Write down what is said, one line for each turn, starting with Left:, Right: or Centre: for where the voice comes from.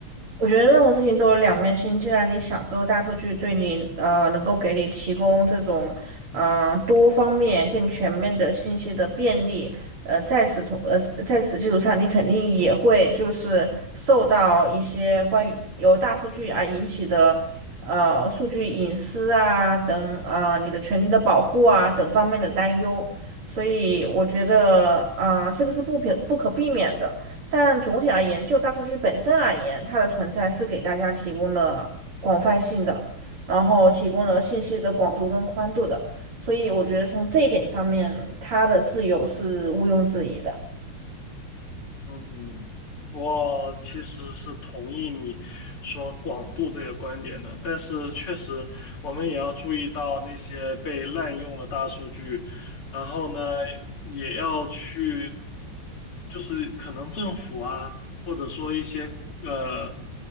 Right: 我觉得任何事情都有两面性。既然你享受大数据对你，呃，能够给你提供这种，嗯、多方面、更全面的信息的便利，呃，在此同，呃，在此基础上，你肯定也会就是受到一些关于由大数据而引起的，呃，数据隐私啊等，啊、你的权利的保护啊等方面的担忧。所以我觉得，啊、这个是不可不可避免的。但总体而言，就大数据本身而言，它的存在是给大家提供了广泛性的，然后提供了信息的广度跟宽度的。所以我觉得从这一点上面，它的自由是毋庸置疑的。
Left: 嗯，我其实是同意你说广度这个观点的，但是确实我们也要注意到那些被滥用的大数据，然后呢，也要去，就是可能政府啊，或者说一些呃